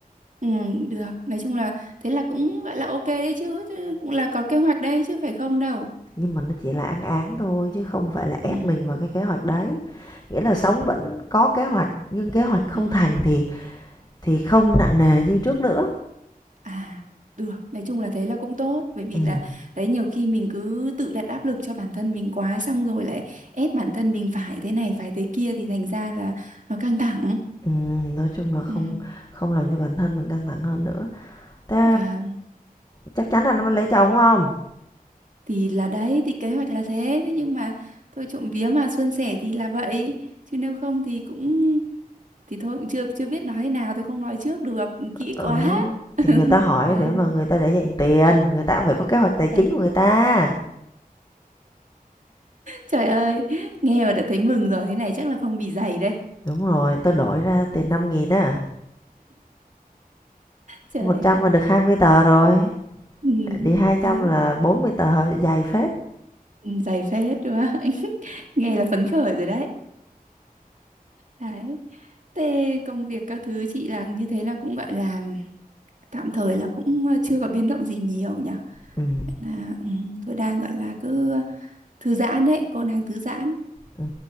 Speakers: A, on the right; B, on the left.
A: Ừ, được. Nói chung là thế là cũng gọi là ok đấy chứ, chứ cũng là có kế hoạch đấy chứ phải không đâu.
B: Nhưng mà nó chỉ là án án thôi chứ không phải là ép
A: Ừ,
B: mình vào cái kế hoạch đấy. Nghĩa là
A: à,
B: sống vẫn có kế hoạch nhưng kế hoạch không
A: ừ,
B: thành thì thì không nặng nề như trước nữa.
A: à, được. Nói chung là thế là cũng tốt bởi vì
B: Ừ.
A: là đấy nhiều khi mình cứ tự đặt áp lực cho bản thân mình quá xong rồi lại ép bản thân mình phải thế này phải thế kia thì thành ra là nó căng thẳng.
B: Ừ, nói chung là không
A: Ừ.
B: không làm cho bản thân mình căng thẳng hơn nữa. Thế
A: Vâng,
B: chắc chắn anh nó mới lấy chồng không
A: thì là đấy thì kế hoạch là thế thế nhưng mà thôi trộm vía mà suôn sẻ thì là vậy chứ nếu không thì cũng thì thôi cũng chưa chưa biết nói thế nào thì không nói trước được kỹ
B: ừ
A: quá
B: thì người
A: <laughs>
B: ta hỏi
A: vâng
B: để mà người ta để dành tiền người ta cũng phải có kế hoạch tài chính
A: Ờ,
B: của người ta
A: trời ơi nghe mà đã thấy mừng rồi thế này chắc là phong bì dày đây
B: đúng rồi tôi đổi ra tiền năm nghìn á
A: trời
B: một trăm
A: ạ
B: mà được 20 tờ rồi
A: ừ,
B: đi hai trăm
A: đấy
B: là 40 tờ dày phết
A: ừ, dày phết đúng không <laughs> nghe là phấn khởi rồi đấy đấy thế công việc các thứ chị là như thế là cũng gọi là tạm thời là cũng ờ, chưa có biến động gì nhiều nhỉ
B: ừ.
A: Vậy là ừ, tôi đang gọi là cứ thư giãn đấy cô đang thư giãn
B: ừ